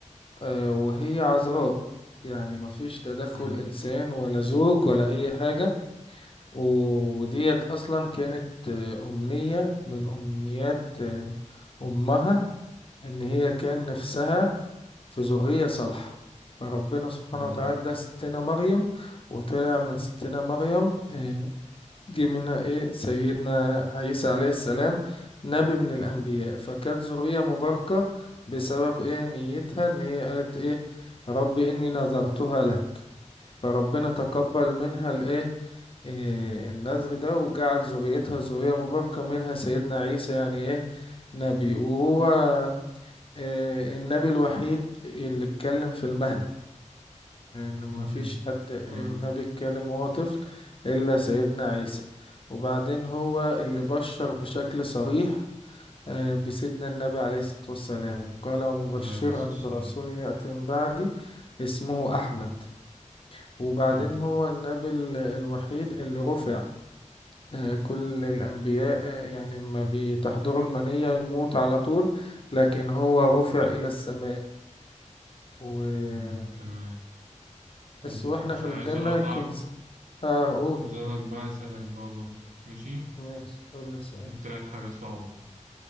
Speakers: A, on the left; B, on the right.
A: آه، وهي عذراء يعني مفيش تدخل
B: مم.
A: إنسان ولا زوج ولا أي حاجة و- وديت أصلا كانت آه، أمنية من أمنيات آه، أمها إن هي كان نفسها في ذرية صالحة فربنا سبحانه
B: مم.
A: وتعالى ده ستنا مريم وطلع من ستنا مريم آه، جه منها ايه سيدنا عيسى عليه السلام نبي من الانبياء فكانت ذرية مباركة بسبب ايه نيتها ان هي قالت ايه رب اني نذرتها لك فربنا تقبل منها الايه إيه النذر ده وجعل ذريتها ذرية مباركة منها سيدنا عيسى يعني ايه نبي وهو إيه النبي الوحيد اللي اتكلم في المهد لأن مفيش
B: مم.
A: حد آه،
B: تمام
A: نبي اتكلم وهو طفل إلا سيدنا عيسى وبعدين هو اللي بشر بشكل صريح آه، بسيدنا النبي عليه الصلاة والسلام وقال مبشرا
B: عليه الصلاة والسلام
A: برسول يأتي من بعدي اسمه أحمد وبعدين
B: مم.
A: هو النبي ال- الوحيد اللي رفع آه، كل الأنبياء آه، يعني ما بتحضره المنية يموت على طول لكن هو رفع إلى السماء وبس
B: مم. تمام حلو
A: وإحنا
B: مش
A: في الجنة
B: عايز أقطعك
A: كنت اه قول
B: عايز أقولك بقى أسألك بقى برضو ماشي
A: ماشي قول لي السؤال
B: جبت لك حاجة صعبة